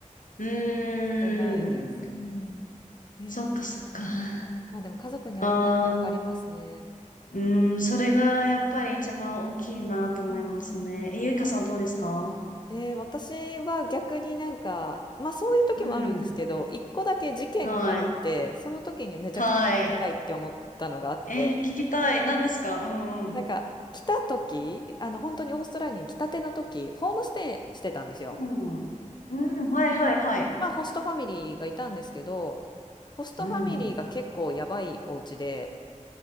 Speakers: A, on the left (about 80°); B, on the left (about 35°).
A: うーん、
B: してないです。うん。えー、
A: そっかそっか。
B: そっか。
A: あ
B: まあでも家族に会いたいはわかりますね。
A: あ、うん、それがやっぱり一番大きいなと思いますね。
B: うんうんうん。
A: え、ゆいかさんどうですか
B: えー、私は逆になんか、まあそういう時もあるんですけど、
A: うん、
B: 一個だけ事件があって、
A: はい、
B: その時にめちゃくちゃ帰りたいって思ったのがあって、
A: はい。えー聞きたい。何ですかうん、うん。
B: なんか来た時、あの本当にオーストラリアに来たての時、ホームステイしてたんですよ。
A: うん、うん、はい、
B: で、
A: はい、はい。
B: まあホストファミリーがいたんですけど、ホストファミリーが結構やばいお家で、
A: うん。